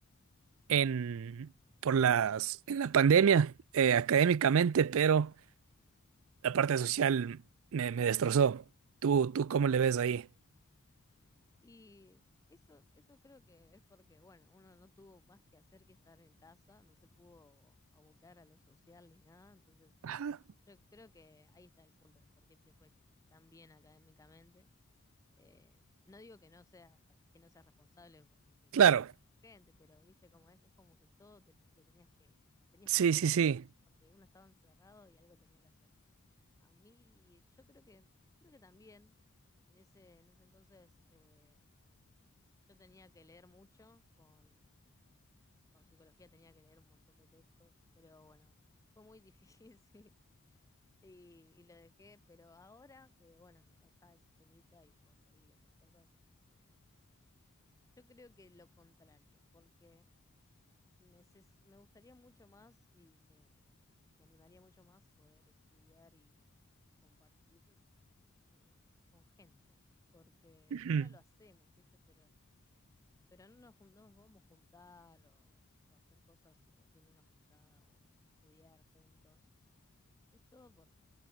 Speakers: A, on the right (about 65°); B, on the left (about 15°).
A: en, por las, en la pandemia, eh, académicamente, pero la parte social me, me destrozó. ¿Tú, tú cómo le ves ahí?
B: Y eso, eso creo que es porque, bueno, uno no tuvo más que hacer que estar en casa, no se pudo abocar a lo social ni nada, entonces
A: Ajá.
B: yo creo que ahí está el punto de por qué te fue tan bien académicamente. Eh, no digo que no seas, pa- que no seas responsable aunque
A: Claro.
B: te juntes con gente, pero viste cómo es, es como que todo te- lo tenías que, tenías
A: Sí,
B: que hacer
A: sí,
B: algo,
A: sí.
B: porque uno estaba encerrado y algo tenía que hacer. A mí, yo creo que, creo que también en ese, en ese entonces eh, yo tenía que leer mucho, con, con psicología tenía que leer un montón de textos, pero bueno, fue muy <laughs> difícil y, y lo dejé, pero ahora que bueno, que no está ese temita y puedo salir y hacer cosas, eh, yo creo que lo contrario, porque neces- me gustaría mucho más y me, me animaría mucho más poder estudiar y, y compartir de- con gente, porque
A: Ujú,
B: ahora lo hacemos, ¿viste? Pero, pero no nos, jun- no nos vamos a juntar o, o hacer cosas tipo así en una juntada o estudiar juntos. Es todo por,